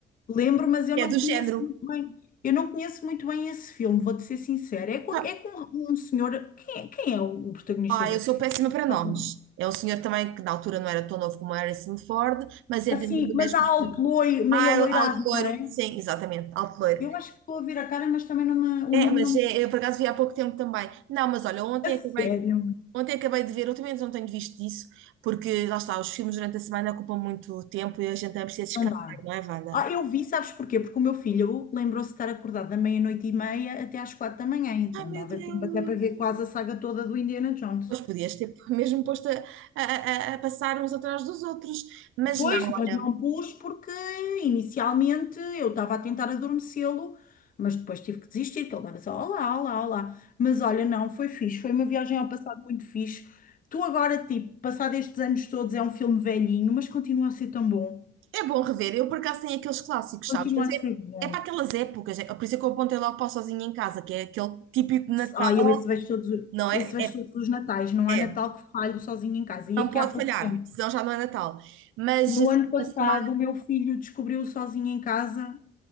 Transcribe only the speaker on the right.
É
do
género.
Ah,
ah,
eu sou
péssima para nomes.
É um senhor também que na altura não era tão novo como Harrison Ford, mas é
dentro do
mesmo
estilo.
Ah, é
alto loiro.
Sim, exatamente, alto loiro.
É,
mas
é,
eu por acaso vi há pouco tempo também. Não, mas olha, ontem
acabei Ontem acabei de ver, ultimamente não tenho visto isso, porque lá está, os filmes durante a semana ocupam muito tempo e a gente também precisa descansar,
não é, Wanda?
Ai meu
Deus!
Pois podias ter <laughs> mesmo posto a, a- a- a passar uns atrás dos outros, mas
não,
olha,
é bom rever. Eu por acaso tenho aqueles clássicos,
sabes? Mas
é,
é para aquelas épocas, é, por isso é que eu apontei logo para o Sozinha em Casa, que é aquele típico Natal,
não é?
É,
é.
Não
pode
falhar,
senão já não é Natal. Mas
assim,
a semana.